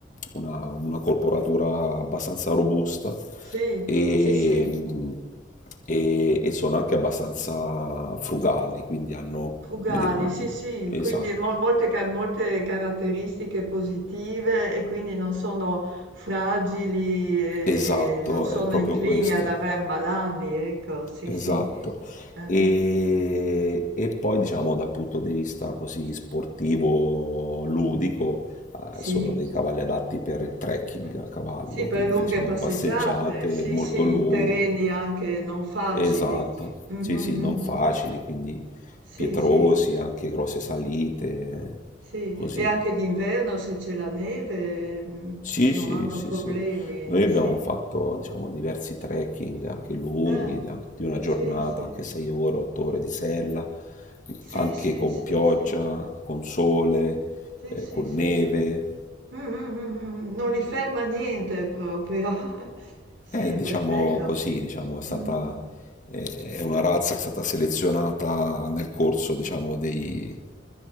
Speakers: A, on the left; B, on the right.
A: una- una corporatura abbastanza robusta
B: sì,
A: e,
B: sì, sì,
A: mh, e, e sono anche abbastanza frugali, quindi hanno,
B: fugali,
A: come dire,
B: sì, sì.
A: esatto,
B: Quindi mol- molte, ca- molte caratteristiche positive e quindi non sono fragili e
A: esatto,
B: non sono
A: è proprio
B: inclini
A: questo,
B: ad aver malanni, ecco, sì,
A: esatto.
B: sì. Eh,
A: E,
B: eh.
A: e poi diciamo dal punto di vista così sportivo, ludico,
B: Sì?
A: eh, sono dei cavalli adatti per il trekking a cavallo,
B: Sì, per
A: quindi
B: lunghe
A: diciamo
B: passeggiate,
A: passeggiate
B: sì,
A: molto
B: sì,
A: lunghe,
B: in terreni anche non facili.
A: esatto,
B: Mhm,
A: sì sì, non
B: mhm.
A: facili, quindi
B: Sì,
A: pietrosi,
B: sì,
A: anche grosse salite, eh,
B: sì.
A: così.
B: E anche d'inverno se c'è la neve mm,
A: Sì,
B: non
A: sì,
B: hanno
A: sì,
B: problemi,
A: sì. Noi abbiamo
B: sì.
A: fatto, diciamo, diversi trekking anche lunghi,
B: Eh,
A: di anche di una
B: sì,
A: giornata,
B: sì.
A: anche 6 ore, 8 ore di sella,
B: Sì,
A: anche
B: sì,
A: con
B: sì,
A: pioggia,
B: sì.
A: con sole,
B: Sì,
A: eh,
B: sì,
A: con
B: sì,
A: neve.
B: sì. Mm, mm, mm, mm. Non li ferma niente proprio. <laughs> Sì,
A: Eh, diciamo
B: be- bello.
A: così, diciamo, è stata,
B: Mm.
A: eh, è una razza che è stata selezionata nel corso, diciamo, dei,